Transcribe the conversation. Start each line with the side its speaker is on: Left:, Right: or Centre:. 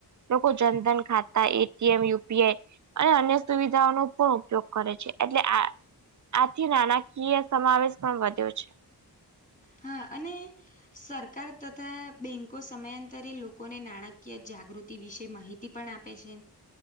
Right: લોકો જનધન ખાતા એટીએમ યુપીઆઈ અને અન્ય સુવિધાઓનો પણ ઉપયોગ કરે છે એટલે આ આથી નાણાકીય સમાવેશ પણ વધ્યો છે.
Left: હા અને સરકાર તથા બેંકો સમયાંતરે લોકોને નાણાકીય જાગૃતિ વિશે માહિ તી પણ આપે છે.